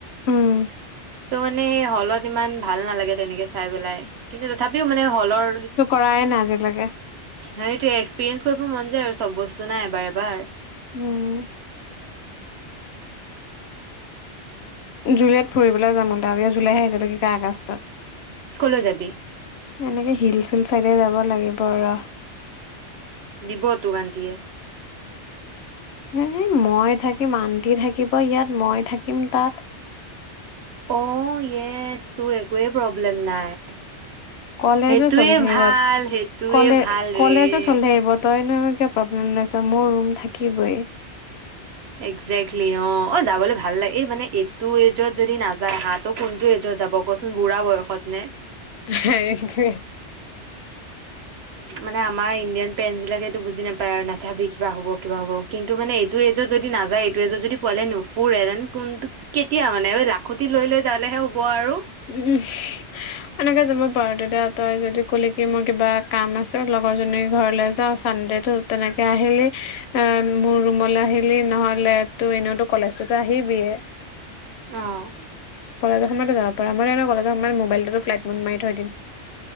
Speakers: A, on the left; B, on the right.
A: উম।
B: টো মানে সেই হলত ইমান ভাল নালাগে। তেনেকে চাই পেলাই কিন্তু তথাপিও মানে হলৰ।
A: কৰায় নাই আজিলৈকে।
B: সেইটোে এক্সপিৰীয়েঞ্চ কৰিব মন যায় আৰু চব বস্তু নাই এবাৰ এবাৰ।
A: উম। জুলাইত ফুৰিবলৈ যাম উলাবি অ জুলাইহে আহিছিলো কি ক আগষ্টত।
B: কলৈ যাবি?
A: এনেকে হিল চিল চাইডে যাব লাগিব আৰু।
B: দিব তোক আন্তিয়ে?
A: এ মই থাকে, মান্তি থাকিব। তই ইয়াত মই থাকিম তাত।
B: অ য়েচ তোৰ একোৱে প্ৰব্লেম নাই।
A: কলেজো
B: সেইটোৱে
A: চলি থাকিব
B: ভাল সেইটোৱে
A: কলে
B: ভাল
A: কলেজো
B: ৰে
A: চলি থাকিব তই। <unintelligible> কা প্ৰব্লেম নাইছ মোৰ ৰুম থাকিবই।
B: একজেক্টলি অ অ যাবলৈ ভাল লাগে এই মানে এইটো এজত যদি নাযায় হাঁহটো কোনটো এজত যাব কচোন বুঢ়া বয়সত নে?
A: সেইটোৱে।
B: মানে আমাৰ ইণ্ডিয়ান পেৰেন্টচ বিলাকে এইটো বুজি নাপায় আৰু নাযাবি কিবা হ'ব কিবা হ'ব কিন্তু মানে এইটো এজত যদি নাযায় এইটো এজত যদি পোৱালে নুফুুৰ যেন কোনটো কেতিয়া মানে লাখুটি লৈ লৈ যালেহে হ'ব আৰু।
A: উম এনেকে যাব পাৰ তেতিয়া তই যদি কলি কি মোৰ কিবা কাম আছে লগৰজনী ঘৰলে যাওঁ চানডেতো তেনেকে আহিলি এ মোৰ ৰুমলে আহিলি নহ'লে তোৰ এনেওতো কলেজতো আহি বিয়ে।
B: আহ
A: সময় য পৰা ম কলেজৰমান মোবাইলটোতো ফ্লাইট মড মাৰি থৈ দিম।